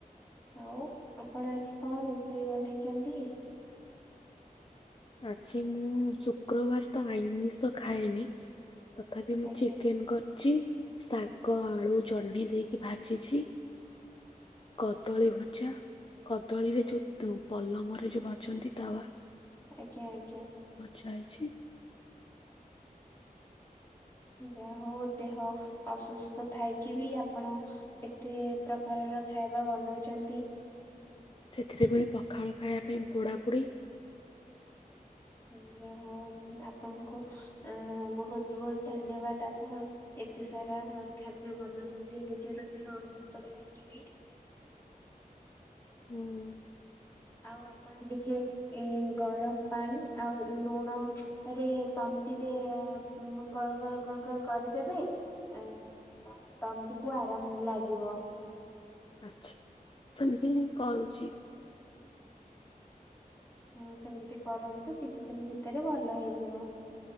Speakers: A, on the left; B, on the left.
A: ଆଉ ଆପଣ ଆଜି କଣ ରୋଷେଇ ବନେଇଛନ୍ତି?
B: ଆଛି ମୁଁ ଶୁକ୍ରବାର ତ ଆଇଷ ଖାଏନି। ତଥାପି ମୁଁ
A: ଆଜ୍ଞା
B: ଚିକେନ କରି ଛି ଶାଗ ଆଳୁ ଚହ୍ନି ଦେଇକି ଭାଜିଛି। କଦଳୀ ଭଜା କଦଳୀରେ ଯୋଉ ପଲମରେ ଯୋଉ ବାଚନ୍ତି ତାୱ।
A: ଆଜ୍ଞା ଆଜ୍ଞା।
B: ଯାଇଛି
A: ଯାହା ହଉ ଦେହ ଅସୁସ୍ଥ ଥାଇକି ବି ଆପଣ ଏତେ ପ୍ରକାର ଖାଇବା ବନାଉଛନ୍ତି?
B: ସେଥିରେ ପୁଣି ପଖାଳ ଖାଇବା ପାଇଁ ପୋଡ଼ାପୋଡ଼ି।
A: ଯା ହଉ ଆପଣଙ୍କୁ ଅ ବହୁତ ବହୁତ ଧନ୍ୟବାଦ ଆପଣ ଏତେ ସାରା ଖାଦ୍ୟ ବନଉଛନ୍ତି ନିଜର ଦେହ ଅସୁସ୍ଥ ଥାଇକି ବି।
B: ହୁଁ।
A: ଆଉ ଆପଣ ଟିକେ ଏ ଗରମ ପାଣି ଆଉ ଲୁଣ ରେ ତଣ୍ଟିରେ ଗୋଳ ଗୋଳ ଗୋଲ କରିଦେବେ ଆ ତଣ୍ଟିକୁ ଆରାମ ଲାଗିବ।
B: ଆଛା ସମଝ କ ଉଚିତ
A: ହଁ ସେମିତି କରନ୍ତୁ କିଛି ଦିନ ଭିତରେ ଭଲ ହେଇଯିବ।